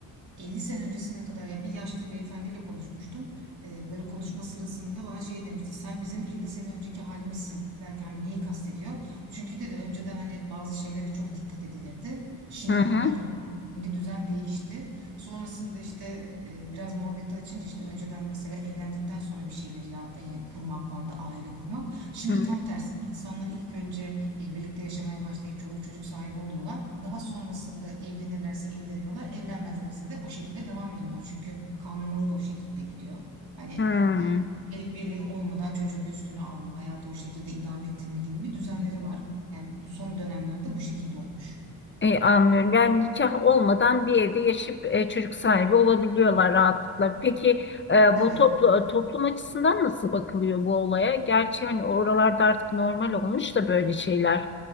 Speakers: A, on the right (about 65°); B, on the left (about 30°).
A: 50 sene öncesine kadar ya bir yaşlı beyefendiyle konuşmuştum. E, böyle konuşma sırasında bana şey demişti. Sen bizim 50 sene önceki halimizsin derken hani neyi kastediyor? Çünkü dedi önceden hani bazı şeylere çok dikkat edilirdi. Şimdi
B: Hı hı.
A: bunlar yok. Şimdi düzen değişti. Sonrasında işte e, biraz muhabbeti açınca işte önceden mesela evlendikten sonra bir şeyler ya e, kurmak vardı, aile kurmak. Şimdi
B: Hı
A: tam tersi. İnsanlar ilk önce e, birlikte yaşamaya başlayıp çoluk çocuk sahibi oluyorlar. Daha sonrasında evlenirlerse evleniyorlar, evlenmezlerse de o şekilde devam ediyorlar. Çünkü kanunları da o şekilde gidiyor. Hani
B: hı. Hı.
A: e, evlilik birliği olmadan çocuğunu üstüne alma, hayatı o şekilde idame ettirme gibi bir düzenleri var. Yani son dönemlerde bu şekilde olmuş.
B: E, anlıyorum. Yani nikah olmadan bir evde yaşayıp e, çocuk sahibi olabiliyorlar rahatlıkla. Peki e,
A: Evet.
B: bu toplu, e, toplum açısından nasıl bakılıyor bu olaya? Gerçi hani oralarda artık normal olmuş da böyle şeyler.